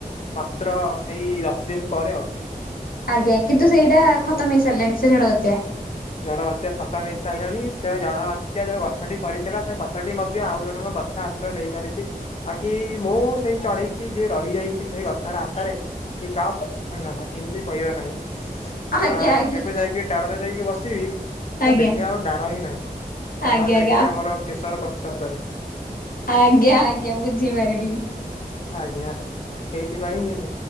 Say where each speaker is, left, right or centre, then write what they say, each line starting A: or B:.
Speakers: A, on the left; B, on the left.
A: ମାତ୍ର ସେଇ ଦଶ ଦିନ ପରେ ଆଉ।
B: ଆଜ୍ଞା କିନ୍ତୁ ସେଇଟା ଖତମ ହେଇ ସାରିଲାଣି ସେ ଝଡ଼ ବାତ୍ୟା।
A: ଝଡ଼ ବାତ୍ୟା ଖତମ ହେଇ ସାଇଲାଣି। ସେ ଆଉ ଝଡ଼ ସିଏ ଯୋଉ ଗଛଟି କରିଥିଲା, ସେ ଗଛଟି ମଧ୍ୟ ଆଉ ଜଣଙ୍କ ଗଛ ଆଶ୍ରୟ ନେଇ ସାରିଛି। ବାକି ମୁଁ ସେଇ ଚଢେଇଟି, ଯିଏ ରହିଯାଇଛି ସେଇ ଗଛର ଆଶାରେ କି କା ନା ନା ହିନ୍ଦୀ କହିବା ନାହିଁ।
B: ଆଜ୍ଞା
A: ଆ
B: ଆଜ୍ଞା
A: କେବେ ଯାଇକି ଡ଼ାଳରେ ଯାଇକି ବସିବି ତ
B: ଆଜ୍ଞା।
A: ଦେଖିଲାବେଳକୁ ଡାଳ ହିଁ ନାହିଁ। ଡାଳ
B: ଆଜ୍ଞା
A: ଯାଇଛି
B: ଆଜ୍ଞା
A: ଆମର କେଶର ପ୍ରତି ଶବ୍ଦରେ।
B: ଆଜ୍ଞା ଆଜ୍ଞା ବୁଝି ପାରିଲି।
A: ଆଜ୍ଞା ସେଇଥି ପାଇଁ